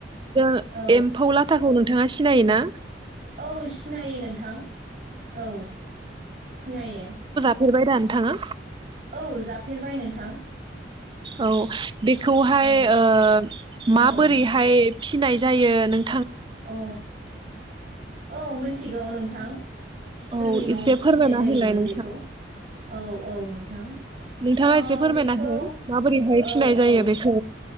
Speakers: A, on the right (about 30°); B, on the right (about 50°).
A: जों
B: औ
A: एम्फौ लाथाखौ नों नोंथाङा सिनायोना।
B: औ सिनायो नोंथां। औ सिनायो।
A: फेर बायदा नोथांआ।
B: औ जाफेरबाय नोंथां।
A: औ बेखौहाय
B: औ
A: ओ
B: औ
A: माबोरैहाय फिनाय जायो नों
B: औ औ मिथिगौ नों थां जोंनि
A: औ
B: नआवबो
A: एसे फोरमायना
B: फिसिनाय जायोमोन
A: होलाय नोंथां
B: बेखौ औ औ नोंथां
A: नोंथाङा
B: ओ
A: एसे फोरमायना
B: बेखौ
A: हो माबोरैहाय फिनाय
B: औ
A: जायो
B: औ।
A: बेखौ